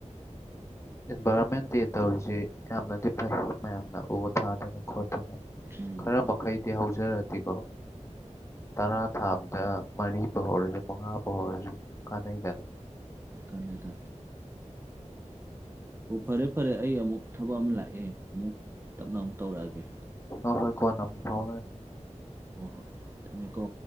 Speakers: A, on the left; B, on the right.
A: ꯏꯟꯚꯥꯏꯔꯣꯟꯃꯦꯟ ꯗꯦ ꯇꯧꯔꯤꯁꯤꯦ ꯌꯥꯝꯅꯗꯤ ꯐꯩ ꯃꯌꯥꯝꯅ ꯎ ꯊꯥꯗꯅ ꯈꯣ
B: ꯎꯝ
A: ꯈꯔ ꯃꯈꯩꯗꯤ ꯍꯧꯖꯔꯗꯤꯦꯀꯣ ꯇꯔꯥ ꯊꯥꯕꯗ ꯃꯔꯤꯕ ꯐ ꯍꯧꯔꯁꯨ ꯃꯉꯥꯕꯨ ꯍꯧꯔꯁꯨ ꯀꯥꯟꯅꯩꯒꯅ
B: ꯀꯥꯟꯩꯀ ꯑꯣ ꯐꯔꯦ ꯐꯔꯦ ꯑꯩ ꯑꯃꯨꯛ ꯊꯕꯛ ꯑꯃ ꯂꯥꯛꯑꯦ ꯑꯃꯨꯛ ꯇꯞꯅ ꯑꯃꯨꯛ ꯇꯧꯔꯛꯑꯒꯦ
A: ꯑ ꯍꯣꯏ ꯀꯣꯏ ꯅ ꯐꯥꯎ
B: ꯍ ꯍꯣꯏ ꯊꯝꯃꯦꯀꯣ